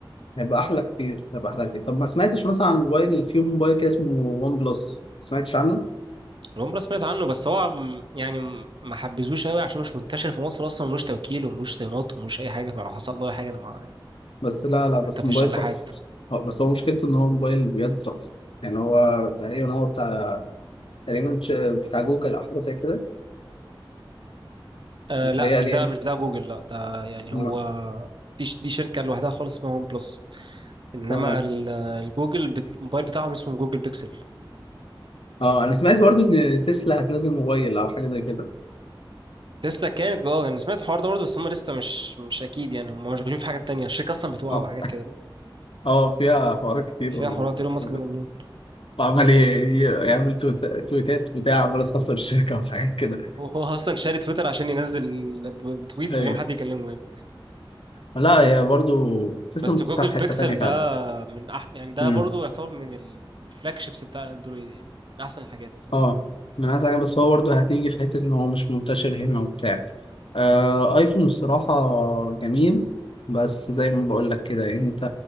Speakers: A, on the left (about 80°); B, on the right (about 65°).
A: هيبقى أحلى كتير هيبقى أحلى كتير طب ما سمعتش مثلا عن موبايل في موبايل كده اسمه ون بلس ما سمعتش عنه
B: الون سمعت عنه بس هو عم- يعني م- ما حبيتهوش قوي عشان مش منتشر في مصر اصلا ملوش توكيل وملوش صيانات وملوش اي حاجه فلو حصل له اي حاجه انا مع...
A: بس لا لا بس
B: انت في
A: موبايل
B: الشلاحات
A: تحفة هو- بس هو مشكلته إن هو موبايل بجد تحفة يعني هو تقريبا هو بتاع تقريبا تش- بتاع جوجل أو حاجة زي كده
B: آه
A: متهيألي
B: لا مش ده
A: يعني
B: مش ده جوجل لا ده يعني
A: م-
B: هو في ش- دي شركة لوحدها خالص اسمها ون بلس انما
A: تمام
B: ال- الجوجل بت- الموبايل بتاعهم اسمه جوجل بيكسل
A: اه انا سمعت برضو ان تسلا هتنزل موبايل او حاجه زي كده
B: تسلا كانت بقى يعني أنا سمعت الحوار ده برضه بس هم لسه مش مش اكيد يعني هم مشغولين في حاجات تانية الشركة اصلا بتوقع
A: اه
B: وحاجات كده
A: اه فيها حوارات كتير
B: فيها
A: و...
B: حوارات ايلون ماسك
A: و-
B: ده مجنون
A: وعمال ي- ي- يعمل تويت- تويتات بتاع عمال تخسر الشركه وحاجات كده
B: هو هو اصلا شاري تويتر عشان ينزل ب- بتويتس
A: ايوه
B: من غير ما حد يكلمه يعني
A: لا هي برضو تسلا
B: بس
A: مكتسحه
B: جوجل
A: في
B: بيكسل
A: حته تانيه
B: ده من أح يعني ده
A: فعلا
B: برضه يعتبر من الفلاج شيبس بتاع الاندرويد يعني من احسن الحاجات صراحة
A: اه من عايز حاجة بس هو برضه هتيجي في حتة إن هو مش منتشر هنا وبتاع آه أيفون الصراحة جميل بس زي ما بقولك كده أنت